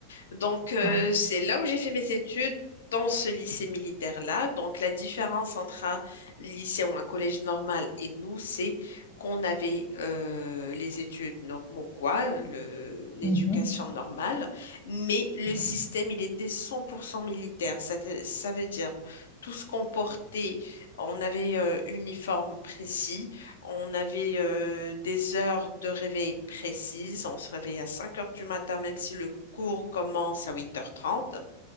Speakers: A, on the left; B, in the centre.
A: Donc, euh,
B: ah,
A: c'est là où j'ai fait mes études, dans ce lycée militaire-là. Donc, la différence entre un lycée ou un collège normal et nous, c'est qu'on avait euh, les études normaux, quoi, le- l'éducation
B: mhm,
A: normale, mais le
B: ouais.
A: système, il était 100% militaire. Ça, te- ça veut dire tout ce qu'on portait, on avait euh, uniforme précis. On avait euh, des heures de réveil précises. On se réveillait à 5 heures du matin, même si le cours commence à huit heures trente.